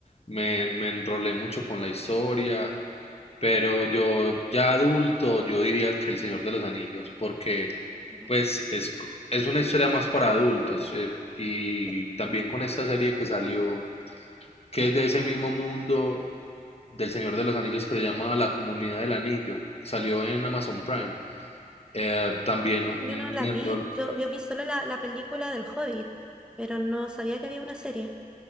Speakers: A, on the left (about 40°); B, in the centre.
A: me, me enrolé mucho con la historia Pero yo ya adulto, yo diría que El Señor de los Anillos, porque
B: ujú,
A: pues es, es una historia más para adultos. eh, y
B: sí.
A: también con esta serie que salió, que es de ese mismo mundo del Señor de los Anillos que se llama La Comunidad del Anillo, salió en Amazon Prime. eh, también
B: Ay,
A: me
B: Yo no la vi,
A: enrolé,
B: yo, yo vi solo la, la película del Hobbit, pero no sabía que había una serie.